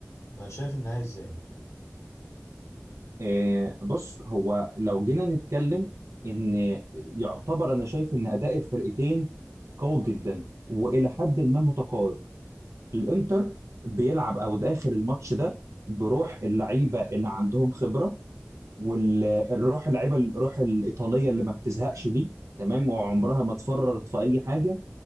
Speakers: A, on the left; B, on the right.
A: فشايف النهائي ازاي
B: آه، بص هو لو جينا نتكلم ان يعتبر انا شايف ان اداء الفرقتين قوي جدا والى حد ما متقارب الانتر بيلعب او داخل الماتش ده بروح اللعيبه اللي عندهم خبره والروح اللعيبه الروح الايطاليه اللي ما بتزهقش دي تمام وعمرها ما اتفررت في اي حاجه